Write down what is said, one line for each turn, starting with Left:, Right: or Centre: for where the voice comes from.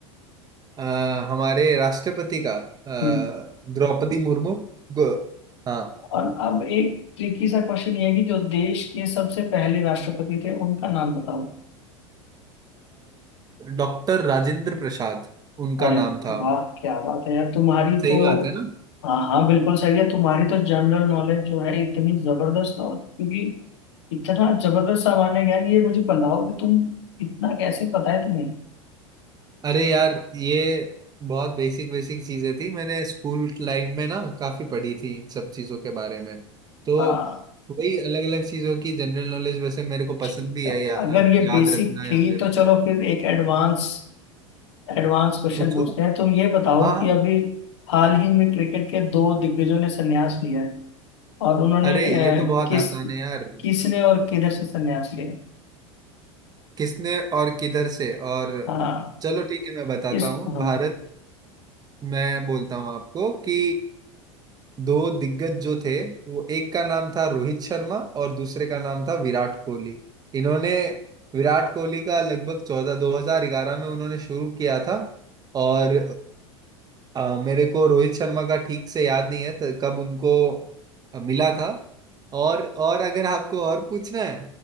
Right: अ, हमारे राष्ट्रपति का अ,
Left: हम्म
Right: द्रौपदी मुर्मू गो- हाँ
Left: और अब एक ट्रिकी सा क्वेश्चन ये है कि जो देश के सबसे पहले राष्ट्रपति थे उनका नाम बताओ
Right: डॉक्टर राजेंद्र प्रसाद उनका
Left: अरे
Right: नाम था
Left: वाह क्या बात है यार तुम्हारी
Right: सही
Left: तो
Right: बात है ना
Left: हाँ हाँ बिल्कुल सही है तुम्हारी तो जनरल नॉलेज जो है इतनी जबरदस्त और क्योंकि इतना जबरदस्त सामान्य ज्ञान ये मुझे बताओ कि तुम इतना कैसे पता है तुम्हें
Right: अरे यार ये बहुत बेसिक बेसिक चीजें थी मैंने स्कूल लाइफ में ना काफी पढ़ी थी इन सब चीजों के बारे में तो
Left: हाँ
Right: वही अलग अलग चीजों की जनरल नॉलेज वैसे मेरे को पसंद
Left: ठीक
Right: भी
Left: है
Right: है या,
Left: अगर ये
Right: याद
Left: बेसिक
Right: रखना
Left: थी
Right: या फिर
Left: तो चलो फिर एक एडवांस एडवांस क्वेश्चन
Right: पूछो
Left: पूछते हैं तुम ये बताओ
Right: हाँ
Left: कि
Right: हाँ।
Left: अभी हाल ही में क्रिकेट के दो दिग्गजों ने संन्यास लिया है और उन्होंने
Right: अरे ये तो
Left: अ,
Right: बहुत
Left: किस
Right: आसान है यार
Left: किसने और किधर से संन्यास लिया है?
Right: किसने और किधर से और
Left: हाँ
Right: चलो ठीक है मैं बताता
Left: इस
Right: हूँ
Left: हाँ
Right: भारत मैं बोलता हूँ आपको कि दो दिग्गज जो थे वो एक का नाम था रोहित शर्मा और दूसरे का नाम था विराट कोहली इन्होंने विराट कोहली का लगभग चौदह दो हजार ग्यारह में उन्होंने शुरू किया था और अ, मेरे को रोहित शर्मा का ठीक से याद नहीं है तो कब उनको अ, मिला था और और अगर आपको और पूछना है